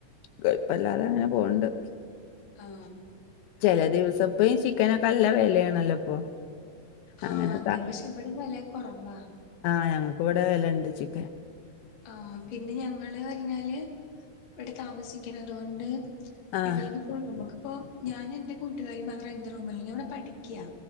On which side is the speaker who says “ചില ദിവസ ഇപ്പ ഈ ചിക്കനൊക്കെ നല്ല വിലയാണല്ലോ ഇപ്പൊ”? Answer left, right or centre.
Left